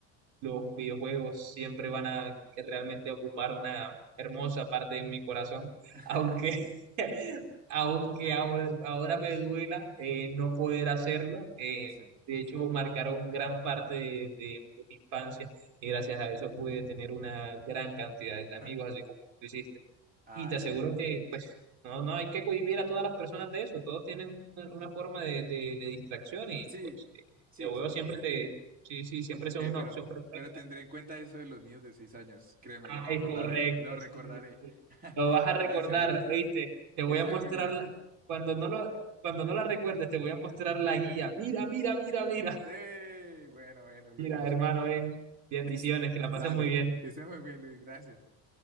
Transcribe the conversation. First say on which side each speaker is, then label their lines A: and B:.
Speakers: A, on the right; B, on the right.
A: los videojuegos siempre van a realmente ocupar una hermosa parte de mi corazón,
B: <laughs>
A: aunque, <laughs> aunque ahora, ahora me duela eh, no poder hacerlo. eh,
B: Sí.
A: de hecho, marcaron gran parte de, de- de mi infancia y gracias a eso pude tener una gran cantidad de amigos,
B: <laughs>
A: así como tú hiciste.
B: Ah,
A: Y te
B: sí.
A: aseguro que, pues, no, no hay que cohibir a todas las personas de eso, todos tienen una una forma de, de- de distracción y,
B: Sí,
A: pues, eh,
B: sí,
A: el videojuego
B: claro.
A: siempre te, sí, sí, siempre son
B: Eh,
A: una
B: pero,
A: opción perfecta.
B: pero tendré en cuenta eso de los niños de seis años. Créeme,
A: Ah,
B: lo recordaré,
A: es correcto,
B: lo recordaré.
A: sí, sí.
B: <laughs>
A: Lo vas a recordar,
B: Gracias, Luis.
A: ¿oíste? Te
B: Que
A: voy
B: estés
A: a mostrar,
B: muy bien.
A: la- cuando no lo, cuando no la recuerdes, te voy a mostrar la guía. Mira, mira, mira, mira.
B: ¡Ey! Bueno, bueno, Luis.
A: Mira, hermano, ven. Bendiciones,
B: <laughs>
A: que la pases
B: Dale,
A: muy bien.
B: que estés muy bien, Luis. Gracias.